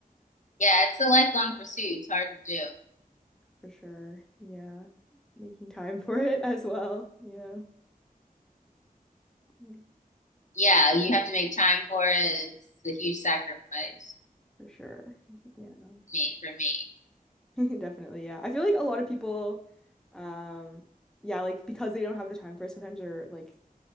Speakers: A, on the left; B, in the centre.
A: Yeah, it's a lifelong pursuit. It's hard to do.
B: for sure. Yeah. Making time for it as well. Yeah. Mm,
A: Yeah, you have to make time for it. It's a huge sacrifice.
B: For sure. Yeah.
A: Me for me.
B: <laughs> Definitely, yeah. I feel like a lot of people, um, yeah, like because they don't have the time for it, sometimes their like